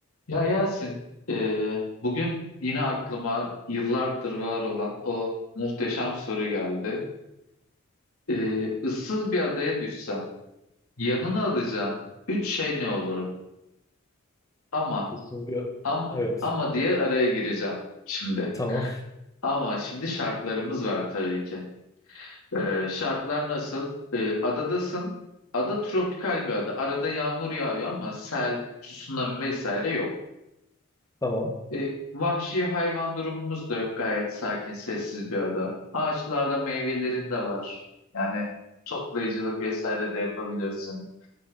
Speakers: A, on the left; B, on the left.
A: Ya Yasin, e, bugün yine aklıma yıllardır var olan o muhteşem soru geldi. E, ıssız bir adaya düşsen, yanına alacağın üç şey ne olurdu? Ama,
B: Kısılıyor.
A: ama,
B: Evet.
A: ama diye araya gireceğim şimdi.
B: Tamam.
A: Ama şimdi şartlarımız var tabii ki. E, şartlar nasıl? E, adadasın. Ada tropikal bir ada. Arada yağmur yağıyor ama sel, tsunami vesaire yok.
B: Tamam.
A: E, vahşi hayvan durumumuz da yok. Gayet sakin, sessiz bir ada. Ağaçlarda meyvelerin de var. Yani toplayıcılık vesaire de yapabilirsin.